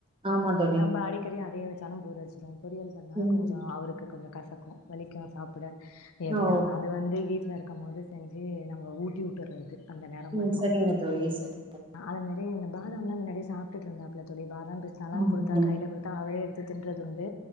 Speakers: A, on the right; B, on the left.
A: ஆமா தோழி
B: நம்ம அடிக்கடி அதே வச்சாலு போர் அடிச்சிடு பொறியல் பண்ணா
A: ம்
B: கொஞ்சோ அவுருக்கு கொஞ்சோ கசக்கு வலிக்கு சாப் பிட எப்பிடி
A: ஓ
B: அது வந்து வீட்ல இருக் க்கு போது செஞ்சி நம்ம ஊட்டிவுட்டுறது அந்த நேரம்
A: ம்
B: மட்டு
A: சரிங்க தோழி சரி
B: ஆத மேரி இந்த பாதம்ல்லா மின்னாடியே சாப் சாப்புட்டு இருந்தாப்பில தோழி பாதம் பிஸ்தால
A: ம்
B: குடுத்தா
A: ம்
B: கையில் குடுத்தா அவரே எடுத் த் தின்றதுண்டு